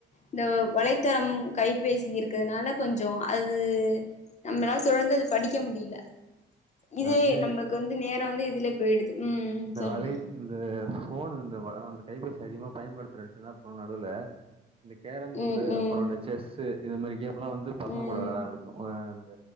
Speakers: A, on the left; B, on the right.
A: இந்த வலைத்தளம் கைபேசி இருக்கிறதுனால கொஞ்ச அது நம்மளால் தொடர்ந்து அத படிக்க முடியல இதே
B: நானு
A: நமக்கு வந்து நேரோ வந்து இதுலயே போயிடுது உம்
B: இந்த
A: சொல்லுங்க
B: வலை இந்த ஃபோனு இந்த அந்த கைபேசி அதிகமா பயன்படுத்துறேன்ட்டு என்னா பண்ணுன நடுவுல இந்த கேரம் போர்டு
A: ம் ம்
B: அப்புறோ அந்த செஸ்ஸு இது மாரி கேம் லா வந்து பசங்க
A: ம்
B: கூட வெளையாட ஆரம்பிச்சோ <unintelligible> இந்த